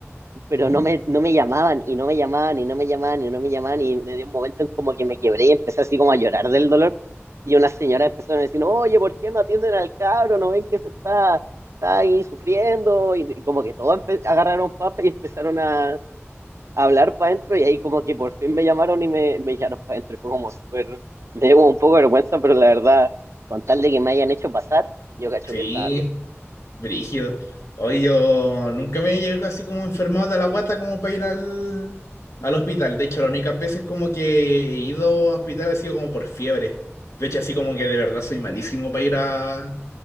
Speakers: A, on the right (about 70°); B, on the left (about 80°).
A: pero
B: Ujú.
A: no me, no me llamaban y no me llamaban y no me llamaban y no me llamaban y me dio un momento en como que me quebré y empecé así como a llorar del dolor y una señora empezó a decir, oye, ¿por qué no atienden al cabro? ¿No ven que se está, está ahí sufriendo? Y, como que todos empe- agarraron papa y empezaron a, a hablar para adentro y ahí como que por fin me llamaron y me, me llamaron para adentro. y Fue como súper, me dio como un poco de vergüenza, pero la verdad, con tal de que me hayan hecho pasar, yo cacho
B: Sí.
A: que estaba bien.
B: Brígido. Hoy yo nunca me llego así como enfermado de la guata como para ir al, al hospital. De hecho, las únicas veces como que he ido a hospital ha sido como por fiebre. De hecho, así como que de verdad soy malísimo para ir a,